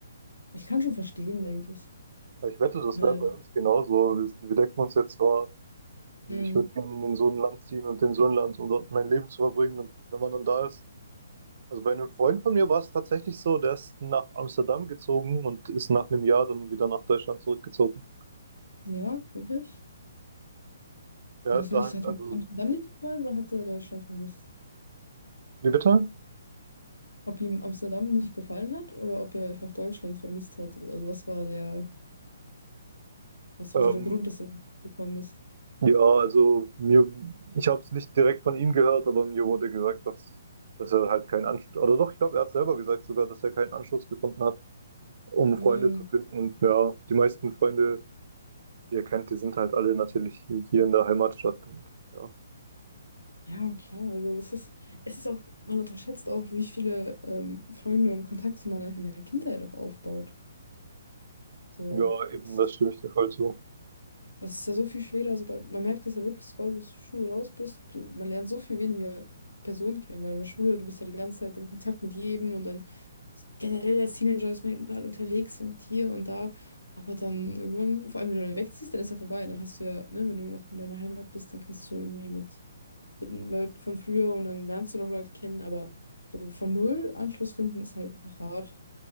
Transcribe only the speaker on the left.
ich kann schon verstehen, denke ich.
Weil,
mh,
ja, wirklich.
Was
nicht,
es hat
mir Amsterdam nicht gefallen oder hat er Deutschland vermisst?
Ob ihm Amsterdam nicht gefallen hat oder ob er einfach Deutschland vermisst hat? Also was war der. Was
war so der Grund, dass er gekommen ist?
Mm,
ja, klar. Also es ist, es ist auch, man unterschätzt auch, wie viele ähm, Freunde und Kontakte man in der Kindheit auch aufbaut. So,
das,
das ist ja so viel schwerer. Sobald, man merkt es ja wirklich, sobald du aus der Schule raus bist, du, man lernt so viel weniger Personen kennen, weil in der Schule, du bist ja die ganze Zeit in Kontakt mit jedem und dann generell als Teenager ist man ja überall unterwegs und hier und da. Aber dann irgendwann, vor allem wenn du dann wegziehst, dann ist ja vorbei. Dann hast du ja, ne, wenn du noch in deiner Heimat bist, dann kannst du irgendwie mit den Leuten von früher und dann lernst du noch Leute kennen, aber so von null Anschluss finden ist halt einfach hart,